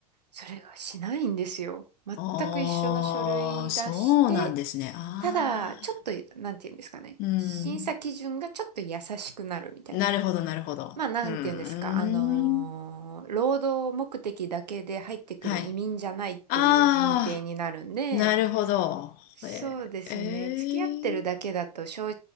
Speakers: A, on the right; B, on the left.
A: それがしないんですよ。全く一緒の書類出して、
B: ああ、そうなんですね。あ
A: ただ、ちょっと、
B: あ、
A: なんて言うんですかね。
B: うん。
A: 審査基準がちょっと優しくなるみたいな。
B: なるほど、なるほど。
A: まあ、なんて言うんですか。
B: うーん。
A: あのー労働目的だけで入ってくる移民じゃないっていう認定になるんで、
B: はい。ああ、なるほど。
A: そうですね。
B: え、えー、
A: 付き合ってるだけだと正